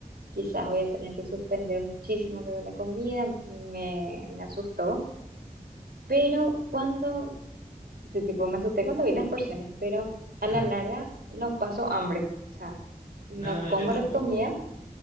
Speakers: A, on the right; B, on the left.
A: quizás voy a tener que suspender muchísimo luego la comida, me, me asustó, pero cuando, sí, tipo, me asusté cuando vi las porciones, pero
B: <laughs>
A: a la larga no paso hambre, o sea, no
B: No, no, yo
A: como
B: tampoco.
A: lo que comía